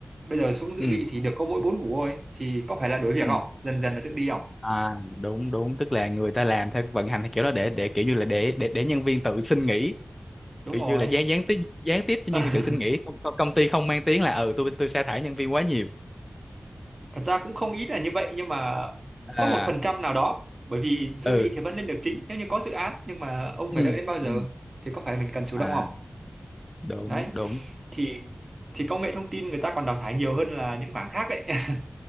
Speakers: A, on the right; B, on the left.
A: bây giờ xuống dự
B: ừ
A: bị thì được có mỗi bốn cú thôi thì có phải là đuổi việc
B: ừ.
A: không dần dần là tự đi không
B: à đúng đúng tức là người ta làm theo vận hành theo kiểu đó để để kiểu như là để để để nhân viên tự xin nghỉ
A: đúng
B: kiểu
A: rồi
B: như là gián gián tiếp gián tiếp cho
A: <laughs>
B: nhân viên tự xin nghỉ công, công, công ty không mang tiếng là ừ tôi tôi sa thải nhân viên quá nhiều
A: thật ra cũng không ít là như vậy nhưng mà
B: à
A: có một phần trăm nào đó bởi vì dự
B: ừ
A: bị thì vẫn lên được chính nếu như có dự án nhưng mà ông
B: ừ
A: phải đợi đến bao giờ
B: ừ
A: thì có phải mình cần chủ
B: à
A: động không
B: đúng
A: đấy
B: đúng
A: thì thì công nghệ thông tin người ta còn đào thải nhiều hơn là những mảng khác ấy <laughs>